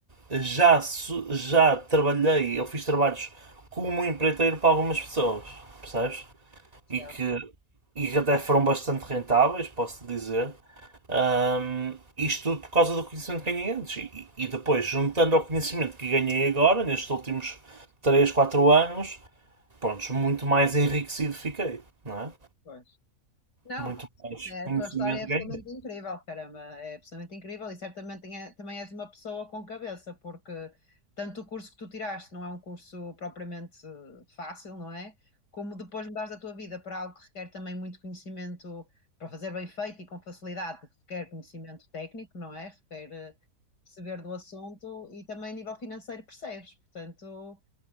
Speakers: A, on the right; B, on the left.
A: já, já trabalhei, eu fiz trabalhos como um empreiteiro para algumas pessoas, percebes? E
B: Rachel,
A: que, e que até foram bastante rentáveis, posso dizer. Ahm, isto tudo por causa do conhecimento que ganhei antes. E, e depois, juntando ao conhecimento que ganhei agora, nestes últimos 3 4 anos, pronto, muito mais enriquecido fiquei, não é?
B: pois. Não,
A: Muito mais
B: isso é-
A: conhecimento
B: a tua história é absolutamente
A: ganhei.
B: incrível, caramba, é absolutamente incrível e certamente tenha- também és uma pessoa com cabeça, porque tanto o curso que tu tiraste não é um curso propriamente eh, fácil, não é? Como depois mudares a tua vida para algo que requer também muito conhecimento para fazer bem feito e com facilidade, requer conhecimento técnico, não é? Requer eh, perceber do assunto e também a nível financeiro percebes, portanto,